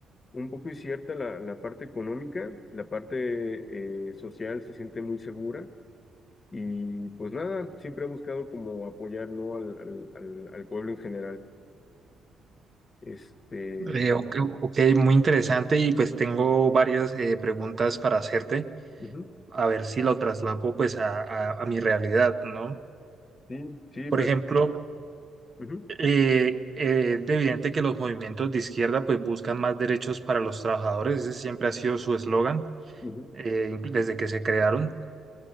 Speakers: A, on the left; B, on the right.
A: un poco incierta la, la parte económica, la parte eh, social se siente muy segura y pues nada, siempre ha buscado como apoyar, ¿no? al, al, al- al pueblo en general. Este,
B: Eh, ok, ok, muy interesante y pues tengo varias eh, preguntas para hacerte,
A: ujú,
B: a ver si lo traslapo pues a, a- a mi realidad, ¿no?
A: sí, sí,
B: Por
A: pero-
B: ejemplo,
A: ujú,
B: eh, eh, es evidente que los movimientos de izquierda pues buscan más derechos para los trabajadores, ese siempre ha sido su eslogan
A: ujú,
B: eh, inclu- desde que se crearon.